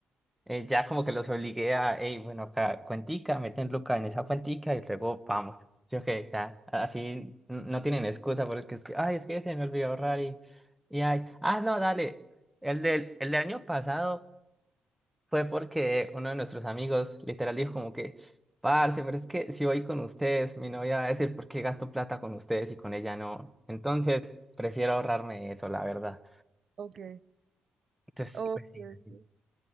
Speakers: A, in the centre; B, on the right.
A: eh, ya como que los obligué a, hey, bueno, acá, cuentica, meten Luca en esa cuentica y luego vamos. Sí, ok, ya. Así n- no tienen excusa porque es que, ay, es que se me olvidó ahorrar y, y ay. Ah, no, dale. El del, el del año pasado. Fue porque uno de nuestros amigos literal dijo como que, parce, pero es que si voy con ustedes, mi novia va a decir, ¿por qué gasto plata con ustedes y con ella no? Entonces, prefiero ahorrarme eso, la verdad.
B: Ok.
A: Entonces,
B: Ok,
A: pues sí,
B: ok.
A: dale.